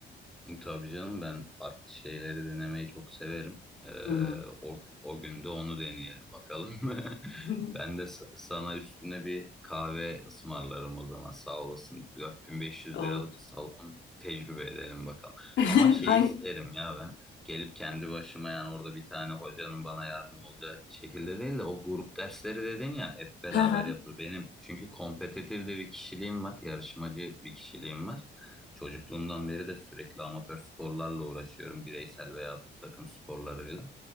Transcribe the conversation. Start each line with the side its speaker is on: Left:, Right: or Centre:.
Centre: Tabii canım ben farklı şeyleri denemeyi çok severim. Ee,
Left: Hı hı.
Centre: o, o gün de onu deneyelim bakalım. <laughs>
Left: <laughs>
Centre: Ben de sa- sana üstüne bir kahve ısmarlarım o zaman sağ olasın. 4500
Left: Olur.
Centre: liralık salon tecrübe edelim bakalım.
Left: <laughs>
Centre: Ama şey
Left: Hangi?
Centre: isterim ya ben gelip kendi başıma yani orada bir tane hocanın bana yardım olacağı şekilde değil de o grup dersleri dedin ya hep beraber
Left: Hı hı.
Centre: yapılır. Benim çünkü kompetitif de bir kişiliğim var, yarışmacı bir kişiliğim var. Çocukluğumdan beri de sürekli amatör sporlarla uğraşıyorum. Bireysel veya takım sporlarıyla.